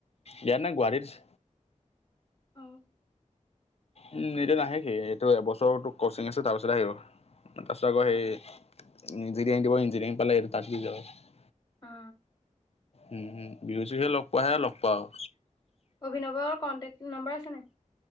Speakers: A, on the left; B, on the left.
A: ইয়াত নাই গুৱাহাটীত আছে।
B: অঁ।
A: উম, এতিয়া নাহে সি, এইটো এবছৰটো কচিং আছে তাৰপিছত আহিব। তাৰপিছত আকৌ
B: অ'
A: সেই- ইঞ্জিনিয়াৰিং দিব, ইঞ্জিনিয়াৰিং পালা এইটো তাত <unintelligible>
B: অঁ।
A: উমঁ উমঁ, বিহু-চিহুয়ে লগ পাৱাই লগ পোৱা আৰু।
B: অভিনৱৰ কন্টেক্ট নম্বৰ আছে নাই?